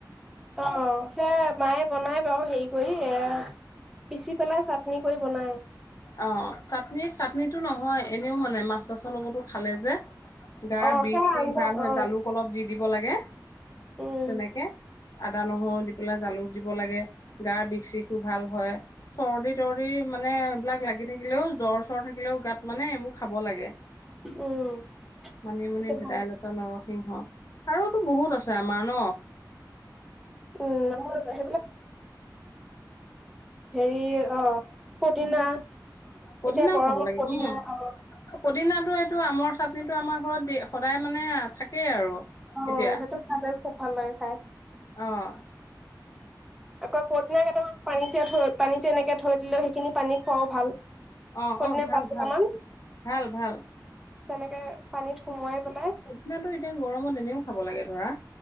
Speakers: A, in the centre; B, on the left.
A: অ সেয়ে মায়ে বনাই বাৰু হেৰি কৰি এ পিচি পেলাই চাটনি কৰি বনাই
B: অ চাটনি চাটনটো নহয় এনেও মানে মাছ চাছৰ লগতো খালে যে গাৰ
A: অ
B: বিষ
A: সেয়া
B: চিষ
A: আঞ্জা
B: ভাল হয়
A: অ
B: জালুক অলপ দি <unintelligible>
A: উম
B: তেনেকে আদা নহৰু দি পেলাই জালুক দিব লাগে গাৰ বিষ চিষো ভাল হয় চৰ্দি তৰ্দি মানে বিলাক লাগি থাকিলেও জ্বৰ চৰ থাকিলেও গাত মানে এইবোৰ খাব লাগে।
A: উম
B: মানিমুনি,
A: তেতিয়া
B: ভেদাইলতা,
A: ভাল
B: নৰসিংহ আৰুতো বহুত আছে। চামান।
A: <unintelligible> হেৰি অ' পদিনা।
B: পদিনাও
A: এতিয়া গৰমত
B: খাব লাগে
A: পদিনা
B: উম
A: অ
B: পদিনা এইটো আমৰ চাটনিটো আমাৰ ঘৰত যে সদায় মানে থাকেই আৰু
A: অ'
B: এতিয়া
A: সেইটো খালে খুব ভাল লাগে খাই।
B: অ
A: আকৌ পদিনা কেইটামান পানীতে থৈ পানীতে এনেকে থৈ দিলেও সেইখিনি পানী খুৱাও ভাল।
B: অ'
A: পদিনা
B: অ ভাল
A: পাত কেইটামান
B: ভাল ভাল ভাল।
A: তেনেকে পানীত সুমুৱাই পেলাই
B: পদিনাটো এতিয়া গৰমত এনেও খাব লাগে। ধৰা।